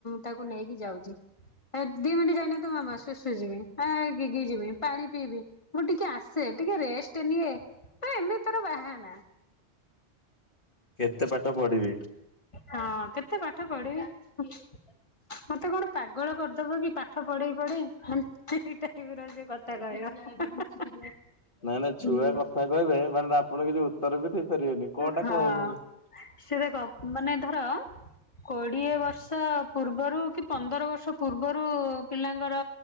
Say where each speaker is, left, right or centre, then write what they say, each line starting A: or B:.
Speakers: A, on the left; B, on the left.
A: ତାକୁ ନେଇକି ଯାଉଚି। ଦି ମିନିଟ୍ ଯାଇନଥିବ ମାମା ଶୁଶୁ ଯିବି ଅ ଗିଗି ଯିବି ପାଣି ପିଇବି ମୁଁ ଟିକେ ଆସେ ଟିକେ ରେଷ୍ଟେ ନିଏ ଏ ଏମିତି ତାର ବାହାନା।
B: କେତେ ପାଠ ପଢିବି।
A: ହଁ କେତେ ପାଠ ପଢିବି। ମତେ କଣ ପାଗଳ କରିଦବ କି ପାଠ ପଢେଇ ପଢେଇ। ସେ ଦିଟା ଟିଭିର ସେ କଥା କହିବ ହା ହା।
B: ନାଇଁ ନାଇଁ ଛୁଆ କଥା କହିବେ ମାନେ ଆପଣ କିଛି ଉତ୍ତର ବି ଦେଇପାରିବେନି। କଣ ଟା
A: ହଁ
B: କହିବି ମୁଁ।
A: ସେ ଦେଖ ମାନେ ଧର କୋଡ଼ିଏ ବର୍ଷ ପୂର୍ବରୁ କି ପନ୍ଦର ବର୍ଷ ପୂର୍ବରୁ ପିଲାଙ୍କର